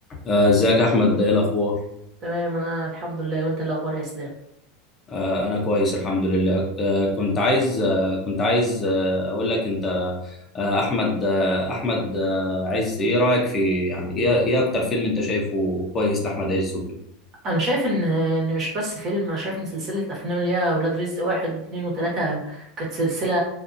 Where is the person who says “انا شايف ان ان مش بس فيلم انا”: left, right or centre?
Right